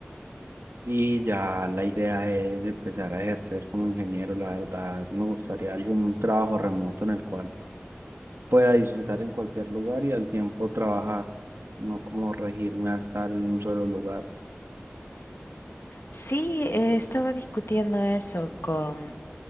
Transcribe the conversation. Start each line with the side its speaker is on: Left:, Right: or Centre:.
Right: Y ya la idea es empezar a ejercer como ingeniero. La verdad, me gustaría algún trabajo remoto en el cual pueda disfrutar en cualquier lugar y al tiempo trabajar, no como regirme a estar en un solo lugar.
Left: Sí, eh, estaba discutiendo eso con,